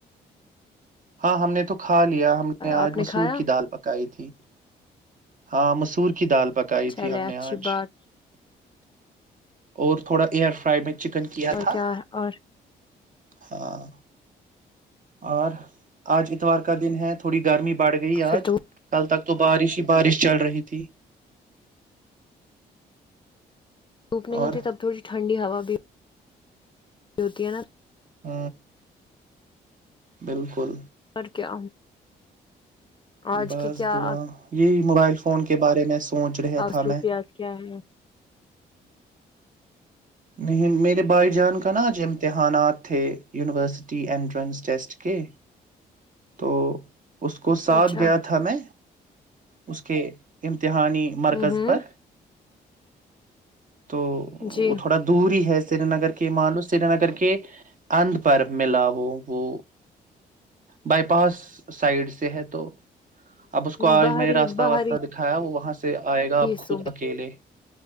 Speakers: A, on the right (about 40°); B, on the left (about 25°).
A: ہاں ہم نے تو کھا لیا ہم نے آج
B: آپ
A: مسور
B: کھایا
A: کی دال پکائی تھی <inaudible> ہاں مسور کی دال پکائی
B: چلے
A: تھی ہم
B: اچھی
A: نے آج
B: بات
A: اور تھوڑا ایئر فرائی میں چکن
B: اور
A: تھا
B: کیا اور
A: ہاں اور آج اتوار کا دن ہے تھوڑی گرمی بھی بڑ گئی
B: پھر
A: آج
B: تو
A: کل تک تو بارش ہی بارش چل رہی تھی
B: دوپ نہیں
A: اور
B: ہوتی تب تھوڑی ٹھنڈی ہوا <unintelligible> جوتیانر
A: ہ بالکل
B: اور کیا آج
A: بس
B: کے کیا
A: دعا یہی ملائل فون کے بارے میں سوچ رہا
B: اور
A: تھا
B: سو
A: میں
B: پیاز کیا ہے
A: نہیں میرے بھائی جان کا ناج امتحانات تھے یونیورسٹی انٹرنس ٹیسٹ کے تو اس کو ساتھ
B: اچھا
A: گیا تھا میں اس کے ایم امتحانی مرکز
B: ہ ہ
A: پر تو
B: جی
A: وہ تھوڑا دور ہی ہے سری نگر کے معانو سری نگر کے اند پر ملا وہ وہ بائی پاس سائڈ سے ہے تو اب اس کو آج
B: باہری
A: میں نے راستہ
B: باہری
A: واسہ دکھایا وہاں سے سے آئے گا آپ
B: حصوں
A: خود
B: میں
A: اکیلے